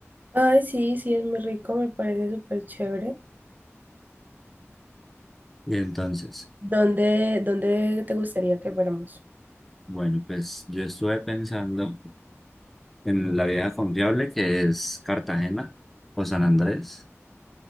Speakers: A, on the right; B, in the centre.
A: Ay, sí, sí, es muy rico, me parece súper chévere.
B: Y entonces,
A: ¿Dónde, dónde te gustaría que fuéramos?
B: bueno, pues yo estuve pensando en la vieja confiable que es Cartagena o San Andrés,